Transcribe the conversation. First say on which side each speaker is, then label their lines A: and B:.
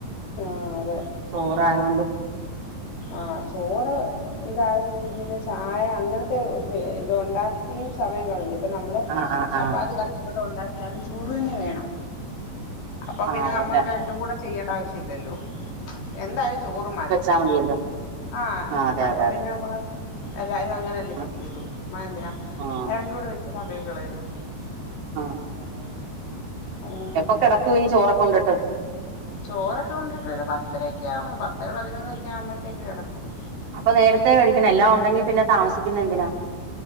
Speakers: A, on the left; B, on the right.
A: ആഹ് അതെ
B: ചോറ് ആയത്കൊണ്ട്
A: ആഹ് ചോറ് ഇതായതുകൊണ്ട് പിന്നെ ചായ അങ്ങനത്തെ ഇത് ഉണ്ടാക്കിയും സമയം കളയണ്ട അപ്പൊ നമ്മള്
B: ആഹ് ആഹ്
A: ചപ്പാത്തി
B: ആഹ്
A: കഷ്ടപ്പെട്ട് ഉണ്ടാക്കിയാലും ചോറ് തന്നെ വേണം അപ്പൊ
B: ആഹ്
A: പിന്നെ നമ്മള്
B: അതെല്ലേ
A: രണ്ടും കൂടെ ചെയ്യേണ്ട ആവശ്യ ഇല്ലല്ലോ എന്തായാലും ചോറ് മതി
B: അ മതിയല്ലോ
A: ആഹ്
B: അതെ
A: അപ്പൊ
B: അതെ
A: പിന്നെ
B: അതെ
A: നമ്മള് എല്ലാരും അങ്ങന ല്ലേ ചിന്തിക്കതുള്ളൂ
B: ആഹ്
A: ചുമ്മാ എന്തിനാ
B: ആഹ്
A: രണ്ട് കൂടെ വെച്ച് സമയം കളയുന്നെ
B: ആഹ് അതെതെതെ
A: ഉം
B: എപ്പൊ കെടക്കും ഇനി ചോറൊക്കെ ഉണ്ടിട്ട്
A: ചോറൊക്കെ ഉണ്ടിട്ട് ഒരു പത്തര ഒക്കെ ആകുമ്പോ പത്തര പതിനൊന്നൊക്കെ ആവുമ്പഴത്തേക്ക് കിടക്കും
B: അപ്പൊ നേരത്തെ കഴിക്കണം എല്ലാം ഉണ്ടെങ്കി പിന്നെ താമസിക്കുന്ന എന്തിനാ